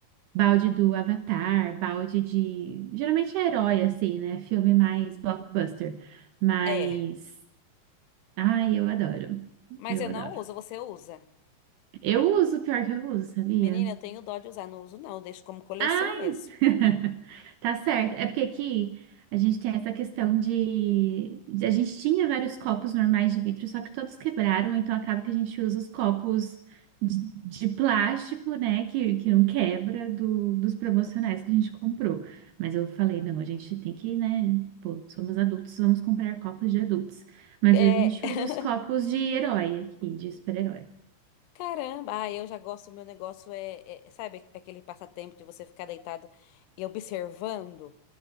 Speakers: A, on the right; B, on the left.
A: Balde do Avatar, balde de. Geralmente é herói, assim, né? Filme mais blockbuster. Mas.
B: É,
A: Ai, eu adoro.
B: mas
A: Eu
B: eu
A: adoro.
B: não uso, você usa.
A: Eu uso, pior que eu uso, sabia?
B: Menina, eu tenho dó de usar, não uso não, eu deixo como coleção
A: Ah,
B: mesmo.
A: <laughs> Tá certo. É porque aqui a gente tem essa questão de. de- A gente tinha vários copos normais de vidro, só que todos quebraram, então acaba que a gente usa os copos de, de plástico, né? Que, que não quebra do- dos promocionais que a gente comprou. Mas eu falei, não, a gente tem que, né? Pô, somos adultos, vamos comprar copos de adultos. Mas
B: É,
A: às vezes a gente
B: <laughs>
A: usa os copos de herói aqui, de super-herói.
B: caramba, ah, eu já gosto, meu negócio é, é, sabe, aquele passatempo de você ficar deitado e observando.